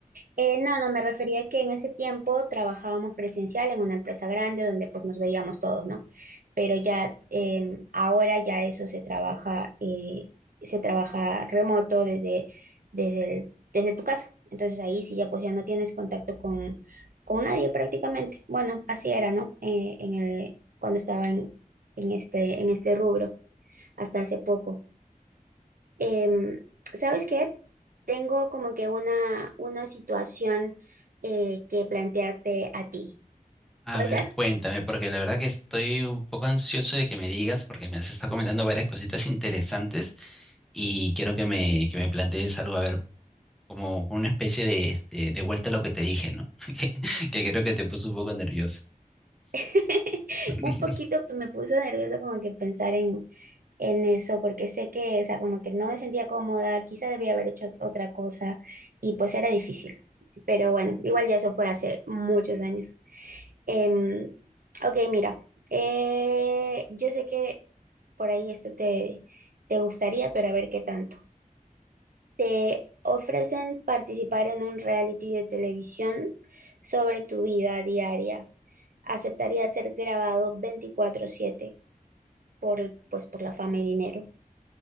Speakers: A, on the right; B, in the centre.
A: Eh, no, no, me refería que en ese tiempo trabajábamos presencial en una empresa grande donde pues nos veíamos todos, ¿no? Pero ya em, ahora ya eso se trabaja, eh, se trabaja remoto desde, desde el- desde tu casa. Entonces ahí sí ya pues ya no tienes contacto con, con nadie prácticamente. Bueno, así era, ¿no? Eh, en el, cuando estaba en, en este, en este rubro hasta hace poco. Em, ¿sabes qué? Tengo como que una, una situación eh, que plantearte a ti.
B: A
A: ¿Puede
B: ver,
A: ser?
B: cuéntame, porque la verdad que estoy un poco ansioso de que me digas, porque me has estado comentando varias cositas interesantes y quiero que me, que me plantees algo, a ver, como una especie de, de, de vuelta a lo que te dije, ¿no? <laughs> Que, que creo que te puso un poco nervioso.
A: <laughs>
B: <laughs>
A: Un poquito pues, me puso nerviosa como que pensar en, en eso, porque sé que, o sea, como que no me sentía cómoda, quizá debía haber hecho ot- otra cosa y pues era difícil. Pero bueno, igual ya eso fue hace muchos años. Em, ok, mira, eh, yo sé que por ahí esto te, te gustaría, pero a ver qué tanto. Te ofrecen participar en un reality de televisión sobre tu vida diaria. ¿Aceptaría ser grabado veinticuatro siete por, el- pues, por la fama y dinero?